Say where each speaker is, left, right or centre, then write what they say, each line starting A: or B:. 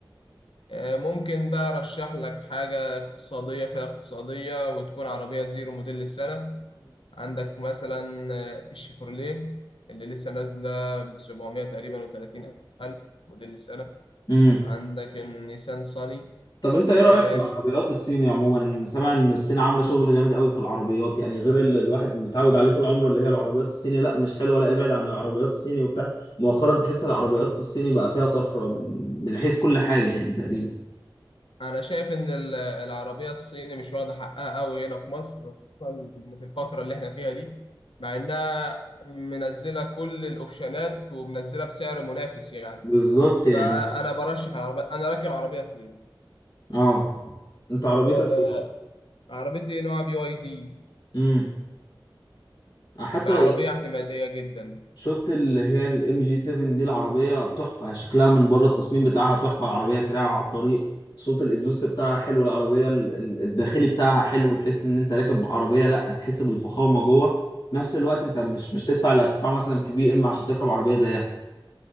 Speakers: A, on the left; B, on the left.
A: آه، ممكن بقى أرشح لك حاجة اقتصادية فيها اقتصادية وتكون عربية زيرو موديل السنة عندك مثلا آه، الشيفروليه اللي لسه نازلة ب 700 تقريبا و30 ألف موديل السنة
B: امم
A: عندك النيسان صاني
B: طب انت ايه رأيك
A: ياباني
B: في العربيات الصيني عموما انا سامع ان الصين عاملة شغل جامد قوي في العربيات يعني غير اللي الواحد متعود عليه طول عمره اللي هي العربيات الصيني لا مش حلوة لا ابعد عن العربيات الصيني وبتاع مؤخرا تحس العربيات الصيني بقى فيها طفرة من من حيث كل حاجة يعني تقريبا
A: أنا شايف إن ال- العربية الصيني مش واخدة حقها أوي هنا في مصر خصوصا في الفترة اللي إحنا فيها دي مع إنها منزلة كل الأوبشنات ومنزلة بسعر منافس يعني
B: بالظبط يعني
A: فأنا برشح العربية أنا راكب عربية صيني
B: اه انت عربيتك
A: آه،
B: ايه؟
A: عربيتي نوع بي واي دي
B: امم حتى
A: بعربية اعتمادية جدا
B: شفت اللي هي الام جي 7 دي العربية تحفة شكلها من بره التصميم بتاعها تحفة العربية سريعة على الطريق صوت الاكزوست بتاعها حلو العربية ال- ال- الداخلي بتاعها حلو تحس ان انت راكب عربية لا تحس بالفخامة جوه في نفس الوقت انت مش مش تدفع اللي هتدفعه مثلا في بي ام عشان تركب عربية زيها